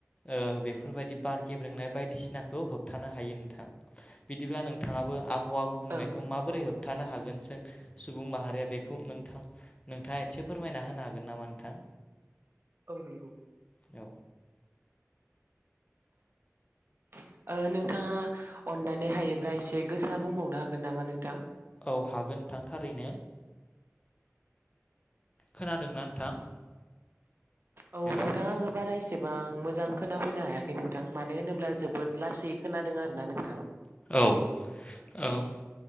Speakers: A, on the left (about 25°); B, on the right (about 50°).
A: ओ बेफोरबायदि बार गेब्रेंनाय बायदिसिनाखौ होबथानो हायो नोंथां बिदिब्ला नोंथाङाबो आब हावा गुबुंनायखौ
B: औ
A: माबोरै
B: औ औ
A: होबथानो
B: नंगौ नोंथां
A: हागोन जों सुबुं माहारिया बेखौ नोंथां नोंथाङा एसे फोरमायना होनो हागोन नामा नोंथां
B: औ नंगौ
A: औ
B: <inaudible> ओ नोंथाङा अननानै हायोब्ला एसे गोसा बुंबावनो हागोन नामा नोंथां
A: औ हागोन नोंथां थारैनो। खोनादोंना नोंथां।
B: औ
A: हेलौ
B: नोंथाङा आङो बारासे एसेबां मोजां खोनाफैनो हायाखै नोंथां मानो होनोब्ला जोबोद लासै खोनादों आरो ना नोंथां।
A: औ-औ